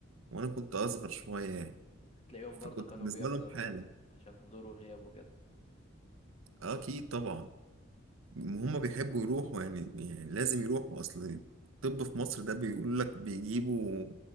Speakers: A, on the right (about 80°); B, on the left (about 30°).
A: وانا كنت اصغر شوية يعني
B: هتلاقيهم برضو
A: فكنت
B: كانوا
A: بالنسبة
B: بيحضروا
A: لهم حالة
B: عشان حضور وغياب وكده
A: آه، اكيد طبعا هم بيحبوا يروحوا يعني, يعني لازم يروحوا اصل الطب في مصر ده بيقول لك بيجيبوا